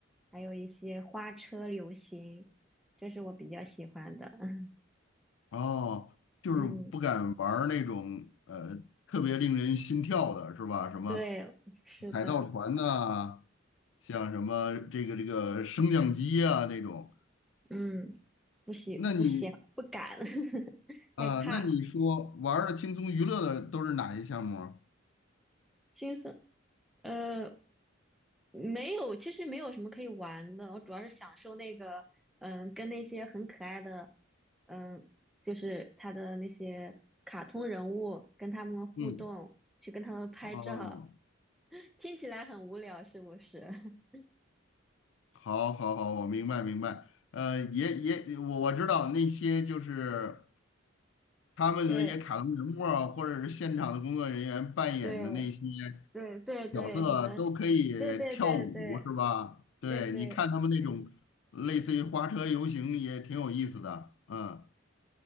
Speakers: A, in the centre; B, on the left.
A: 还有一些花车游行，这是我比较喜欢的。<laughs>
B: 哦，就是不敢玩儿那种呃特别令人心跳的是吧？
A: 嗯，
B: 什么
A: 对，是的，
B: 海盗船呐、像什么这个这个升降机啊那种。
A: 嗯，不喜不喜不敢，
B: 那你
A: <laughs>
B: 啊、
A: 害怕。
B: 那你说玩儿的轻松娱乐的都是哪些项目啊
A: 金色，呃，没有，其实没有什么可以玩的，我主要是享受那个，嗯，跟那些很可爱的，嗯，就是他的那些卡通人物，跟他们互动，
B: 嗯，
A: 去跟他们拍照，
B: 哦，
A: <laughs> 听起来很无聊，是不是？<laughs>
B: 好，好，好，我明白，明白。呃，也也，我我知道那些就是他们的那些卡通人物啊，
A: 对
B: 或者是现场的工作人员扮演的那些
A: 对对对对，
B: 角色，
A: 什么？
B: 都可以跳舞，
A: 对对对对
B: 是吧？对，
A: 对对，
B: 你看他们那种类似于花车游行也挺有意思的，嗯。